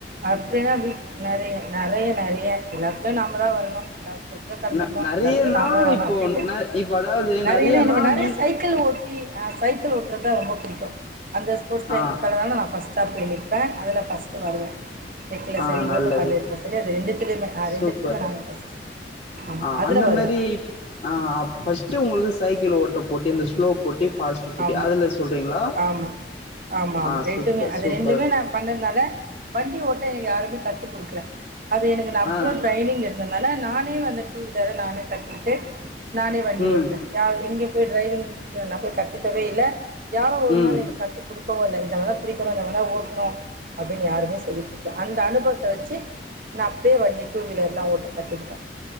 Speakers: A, on the right; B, on the left.
A: அப்டின்னா வீட் நறையா நறையா நறையா எல்லாத்துல நாமதான் வரணும் எல்லா ஒருத்தரே கலந்துக்கணும்
B: ந நெறையனா
A: எல்லாத்துலயு நாமதா வரனு
B: இப்போ
A: அப்டின்ட்டு
B: ந இப்ப அதாவது
A: நெறையாவே
B: நெறையனா
A: எனக்கு நறையா
B: நீ
A: சைக்கள் ஓட்டி ஆ சைக்கள் ஓட்டுறதா ரொம்ப பிடிக்கும் அந்த போர்ட்ஸ்ல
B: ஆ
A: எங்க கலந்தாலு நான் ஃபஸ்ட்டா போய் நிப்பே அதுல ஃபஸ்ட் சொன்னாங்க சைக்கல
B: ஆ
A: சரி
B: நல்லது
A: ஓட்ட பந்தயத்துல சரி அது ரெண்டுத்திலமே ஆ
B: சூப்பர்
A: ரெண்டுத்திலமே நாங்க பஸ்ட் ஆமா
B: ஆ
A: அதுல
B: அந்த
A: வருவ
B: மாரி ஆ ஃபர்ஸ்ட்டு உங்களுக்கு சைக்கிள் ஓட்டபோட்டி இந்த ஸ்லோ போட்டி ஃபாஸ்ட் போட்டி
A: ஆமா
B: அதுல சொல்றீங்களா
A: ஆமா ஆமா
B: ஆ
A: ஆமா ரெண்டுமே
B: சூப்பர்
A: அது
B: சூப்பர்
A: ரெண்டுமே நா பண்ணதுனால வண்டி ஓட்ட எனக்கு யாருமே கத்து குடுக்கல அது எனக்கு நா அவ்ளோ
B: ஆ
A: ட்ரைனிங் எடுத் அதனால நானே வந்து டூவீலர நானே கத்துகிட்டு நானே வண்டி
B: ம்
A: ஓட்டறே யார் எங்கே போயி ட்ரைவிங்க்கு நா போயி கத் துக்கவே இல்ல யாரோ ஒரு நாள்
B: ம்
A: எனக்கு கத்து குடுக் கவு இல்ல இந்த மாரிதா பிடிக்கனும் இந்த மாரிதா ஓட்னோ அப்டின் யாருமே சொல்லிக் குடுக்கல அந்த அனுபவத் த வச்சி நா அப்டே வண்டி டூ வீலர்லா ஓட்ட கத்துக்கிட்டே